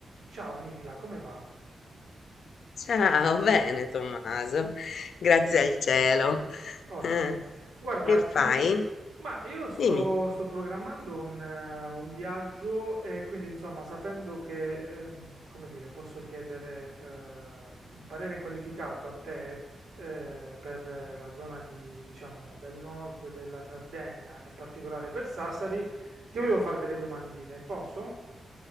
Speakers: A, on the right; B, on the left.
A: Ciao Nicla, come va?
B: Ciao, bene Tommaso, grazie al cielo.
A: Ottimo.
B: Eh,
A: Guarda,
B: che
A: ti...
B: fai?
A: Ma io sto,
B: Dimmi.
A: sto programmando un, eh, un viaggio e quindi insomma sapendo che, ehm, come dire, posso chiedere eh, un parere qualificato a te eh, per eh, la zona di, diciamo, del nord della Sardegna e in particolare per Sassari, ti volevo fare delle domandine, posso?